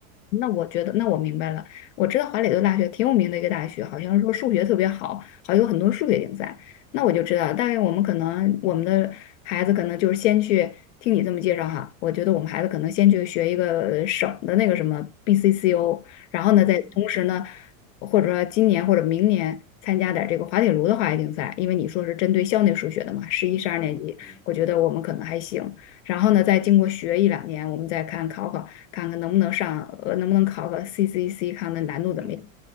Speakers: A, on the left; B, in the centre.
A: 那我觉得，那我明白了。我知道华磊顿大学挺有名的一个大学，好像是说数学特别好，好像有很多数学竞赛。那我就知道，大概我们可能我们的孩子可能就是先去听你这么介绍哈，我觉得我们孩子可能先去学一个省的那个什么 BCCO，然后呢，
B: 嗯
A: 再同时呢，或者说今年或者明年参加点儿这个滑铁卢的化学竞赛，因为你说是针对校内数学的嘛，十一、十二年级，
B: 嗯嗯
A: 我觉得我们可能还行。然后呢，再经过学一两年，我们再看考考。看看能不能上，呃，能不能考个 CCC，看看难度怎么样，
B: 嗯，